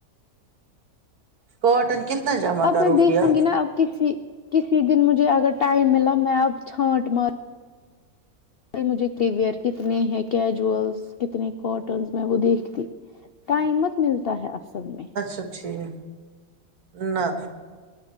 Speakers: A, on the right (about 70°); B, on the left (about 65°).
A: کاٹن کتنا جمع
B: اب
A: کرو
B: میں دیکھوں
A: گیا
B: گی نا اب کسی کسی دن مجھے اگر ٹائم ملا میں اب چھانٹ مار مجھے کلیئر کتنے ہیں کیجولس کتنے کاٹنس میں وہ دیکھتی ٹائمت ملتا ہے اصل میں
A: اچھا ٹھیک ہے نہ